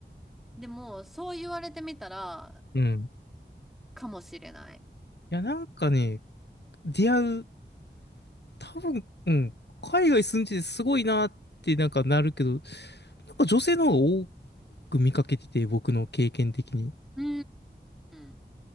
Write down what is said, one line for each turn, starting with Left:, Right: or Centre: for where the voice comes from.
Centre: でも、そう言われてみたら、
Left: うん。い
Centre: かもしれない。
Left: や、なんかね、出会う、多分、うん、海外住んでてすごいなってなんかなるけど、なんか女性の方が多く見かけてて、僕の経験的に。
Centre: うーん。